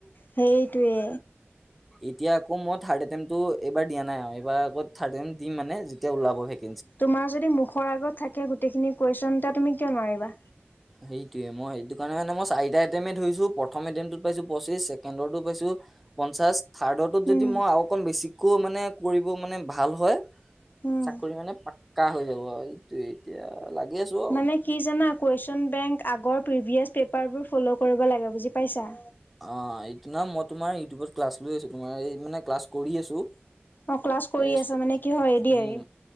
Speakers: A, on the left; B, in the centre.
A: সেইটোৱে।
B: এতিয়া আকৌ মই থাৰ্ড এটেমটটো এইবাৰ দিয়া নাই, আৰু এইবাৰ আকৌ থাৰ্ড এটেমট দিম মানে, যেতিয়া ওলাব ভেকে
A: তোমাৰ যদি মুখৰ আগত থাকে গোটেইখিনি কোএচন তে তুমি কিয় নোৱাৰিবা।
B: সেইটোয়ে মই এইটো কাৰণে মানে মই চৰিটা এটেমেনট ধৰিছো প্ৰথম এটেমটোত পাইছো পঁচিছ ছেকেণ্ডো পাইছো। পঞ্চাশ থাৰ্ড যদি
A: উম,
B: মই আৰু অকণ বেছিকৈ মানে কৰিব মানে ভাল হয়।
A: উম,
B: চাকৰি মানে, পাক্কা হৈ যাব এইটোয়ে এতিয়া। লাগি আছো আৰু
A: মানে কি জানা। কুৱেশ্যন বেংক আগৰ প্ৰিভিয়াছ পে'পাৰবোৰ ফ'ল' কৰিব লাগে বুজি পাইছা।
B: অহ' এইটো না মই তোমাৰ ইউটিউবত ক্লাছ লৈ আছো, তোমাৰ মানে ক্লাছ কৰি আছো।
A: অহ' ক্লাছ কৰি
B: এ
A: আছা মানে কি হয়, এ দি
B: উম
A: কৰি।